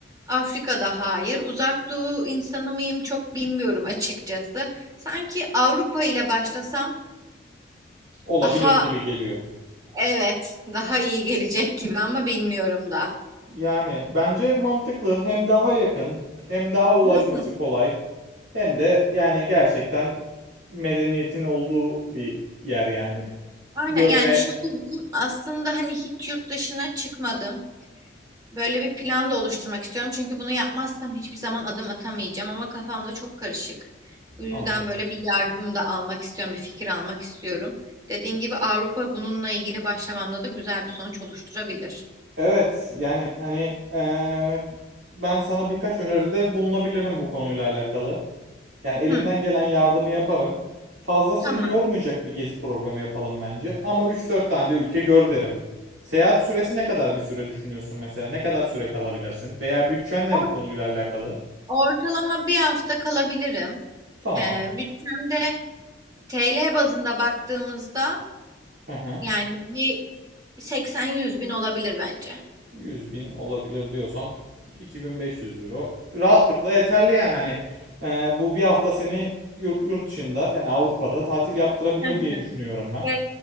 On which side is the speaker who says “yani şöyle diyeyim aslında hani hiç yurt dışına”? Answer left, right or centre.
Right